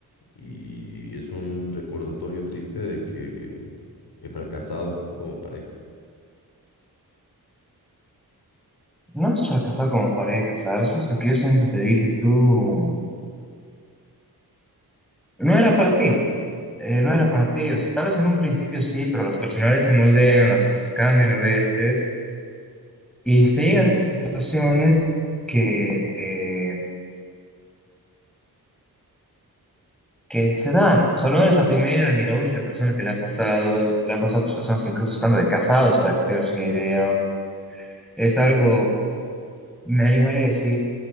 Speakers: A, on the left; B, in the centre.
A: y es un recordatorio triste de que he fracasado como pareja.
B: No es fracasar como pareja, ¿sabes? Es lo que yo siempre te dije, tú no era para ti, eh, no era para ti, o sea, tal vez en un principio sí, pero las personalidades se moldean, las cosas cambian a veces y se llegan a esas situaciones que, eh, que se dan, o sea, no eres la primera ni la única persona que le ha pasado, le han pasado a otras personas incluso estando de casados, para que te hagas una idea, es algo, me animaré a decir,